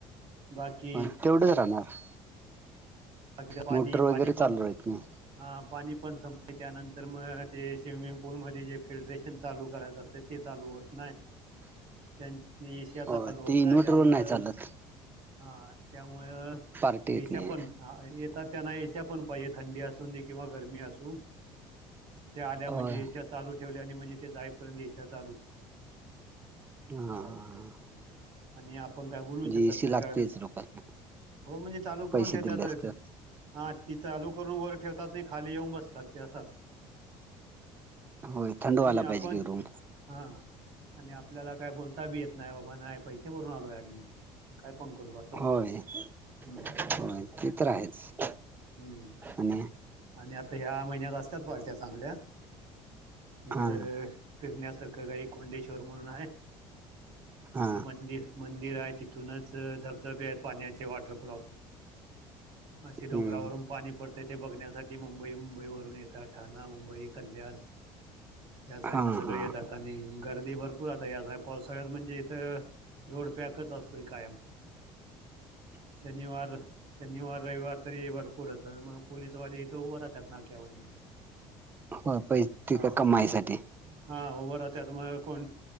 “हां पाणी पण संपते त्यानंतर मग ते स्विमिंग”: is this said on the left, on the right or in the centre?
Right